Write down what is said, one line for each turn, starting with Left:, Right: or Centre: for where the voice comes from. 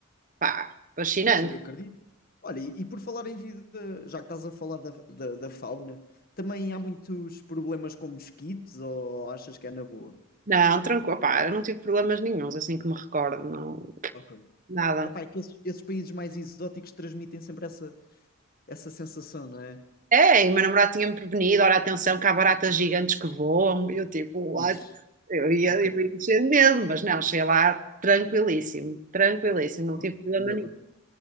Right: pá, fascinante.
Left: Mas eu acredito. Olha, e, e por falar em vida, já que estás a falar da, da, da fauna, também há muitos problemas com mosquitos ou achas que é na boa?
Right: Não, tranquilo, pá, eu não tive problemas nenhuns, assim que me recordo, não,
Left: Ok.
Right: nada.
Left: Epá, é que esses, esses países mais exóticos transmitem sempre essa, essa sensação, não é?
Right: É, e o meu namorado tinha-me prevenido, olha, atenção, que há baratas gigantes que voam, e eu tipo,
Left: Isso.
Right: Eu ia,
Left: Ok.
Right: eu ia encher de medo, mas não, cheguei lá tranquilíssimo, tranquilíssimo, não
Left: Ah,
Right: tive problema
Left: Ainda
Right: nenhum.
Left: bem.